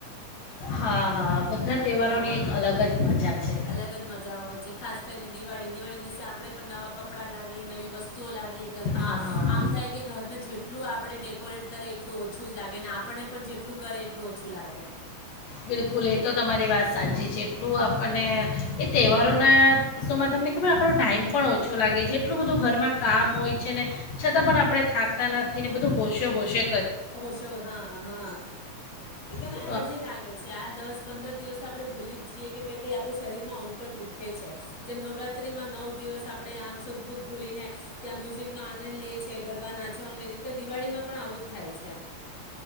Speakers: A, on the left; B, on the left.
A: હા હા બધા તહેવારોની
B: હા
A: એક અલગ જ મજા છે
B: અલગ જ મજા હોય છે ખાસ કરીને દિવાળી દિવાળી <inaudible> આપડે પણ નવા કપડા લાવ એ નવી વસ્તુઓ લાવીએ ઘરમાં
A: હા
B: આમ થાય કે ઘર જે, જેટલું આપણે ડેકોરેટ કરે એટલું ઓછું જ લાગે ને આપણને પણ જેટલું કરે એટલું ઓછું લાગે
A: બિલકુલ એ તો તમારી વાત સાચી છે. ટલું આપણને એ તહેવાર કરરોના દિવસોમાં તમને ખબર આપણો ટાઈમ પણ ઓછો લાગે છે એટલું બધું ઘરમાં કામ હોય છે ને, છતાં પણ આપણે થાકતા નથી ને બધું હોશ શે
B: ઓશ્યો હા હા એકદમ
A: તો,
B: એનર્જી
A: અ,
B: લાગે છે આ દસ પંદર દિવસ આપડણે ભૂલી જ જઈએ કે પ આપણું શરીરમાં અંગ પણ દુખે છે જેમ <inaudible> નવ દિવસ આપડણે આમ સદભુત ભૂલીને ત્યાં મ્યુઝિક નો આનંદ લઈએીએ ગરબા નાચવા લએ્યા દિવાળીમાં પણ આવું. ઉ થાય છે.